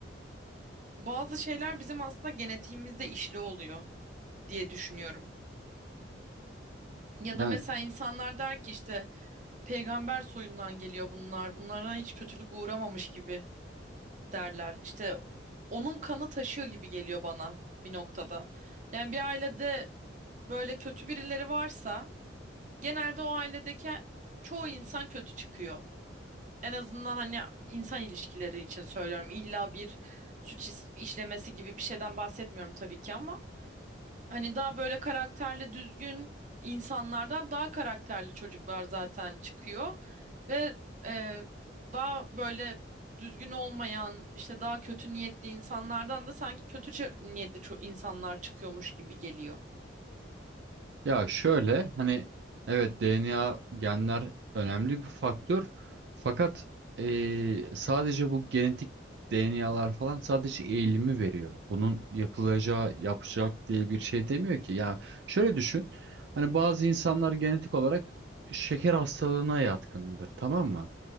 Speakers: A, on the right; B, on the right.
A: bazı şeyler bizim aslında genetiğimizde işli oluyor diye düşünüyorum. Ya
B: Yani
A: da mesela insanlar der ki işte peygamber soyundan geliyor bunlar. Bunlara hiç kötülük uğramamış gibi derler. İşte onun kanı taşıyor gibi geliyor bana bir noktada. Yani bir ailede böyle kötü birileri varsa genelde o ailedeki çoğu insan kötü çıkıyor. En azından hani insan ilişkileri için söylüyorum. İlla bir suç is- işlemesi gibi bir şeyden bahsetmiyorum tabii ki ama hani daha böyle karakterli düzgün insanlardan daha karakterli çocuklar zaten çıkıyor ve e, daha böyle düzgün olmayan işte daha kötü niyetli insanlardan da sanki kötü çe- niyetli ço- insanlar çıkıyormuş gibi geliyor.
B: Ya şöyle hani evet DNA genler önemli bir faktör fakat eee, sadece bu genetik DNA'lar falan sadece eğilimi veriyor. Bunun yapılacağı yapacak diye bir şey demiyor ki. Ya şöyle düşün hani bazı insanlar genetik olarak şeker hastalığına yatkındır tamam mı?